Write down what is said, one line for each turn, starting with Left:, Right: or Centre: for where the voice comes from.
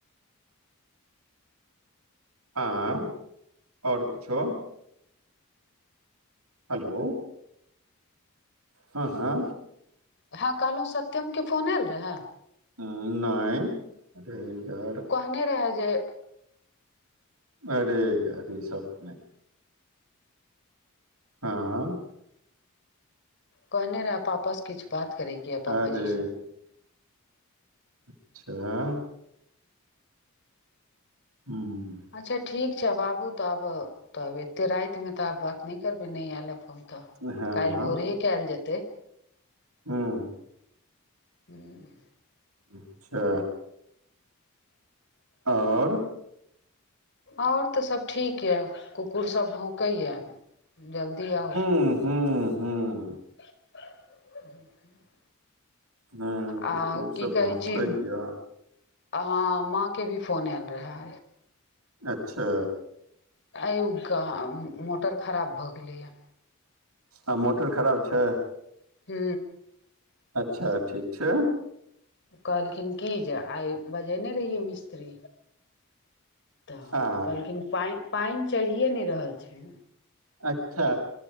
Right: आँ ओर किछो हेलो हँ हँ
Left: हँ कहलहुँ सत्यमके फोन आयल रहय
Right: हँ नै अरै यार
Left: एने रहै जे
Right: अरे यार सब नहि हँ
Left: कहने रह पापाँ किछ बात करे क या पापा
Right: अरे
Left: जी सब
Right: अच्छा ह हूँ
Left: अच्छा ठीक छै बाबू तऽ आब तब एते राइत मे तऽ आब बात नहि करबे नहि आयल फोन तऽ
Right: हँ
Left: आब काल्हि भोर ही कयल जेतै
Right: हूँ
Left: हूँ
Right: अच्छा ओर
Left: ओर तऽ सभ ठीक यऽ कुकुर सभ भौकैए जल्दी आउ
Right: ह हूँ हूँ
Left: ह ह <unintelligible>
Right: हूँ
Left: आ
Right: कुकुर सब
Left: की कहै
Right: भौंकैया
Left: छी अहाँ माँ के भी फोन आयल रहे
Right: अच्छा
Left: आय उ कहा मोटर खराब भ गैलेए
Right: आ मोटर खराब छै
Left: हू
Right: अच्छा ठीक छै
Left: कहलखिन की जे आइ बजनै रहियै मिस्त्री तऽ
Right: आ
Left: कहलखिन पानि चढ़ियए ने रहल छै
Right: अच्छा